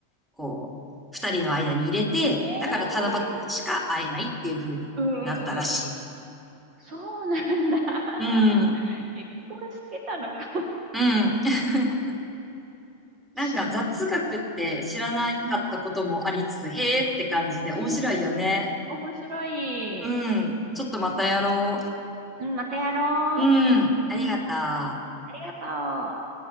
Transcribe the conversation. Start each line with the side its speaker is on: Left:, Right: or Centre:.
Centre: こう、二人の間に入れて、
Right: ええ
Centre: だから七夕しか会えないっていう風になったらしい。
Right: ー。うんうんうん。そうなんだ。<laughs>
Centre: うん。
Right: 結婚してたのか。
Centre: うん。<laughs> なんか雑学って知らなかったこともありつつ、
Right: 知らなかった。うん。
Centre: へーって感じで面白いよね。
Right: ええ面白い。
Centre: うん。ちょっとまたやろ
Right: うん、またやろう。
Centre: う。うん。ありがとう。
Right: ありがとう。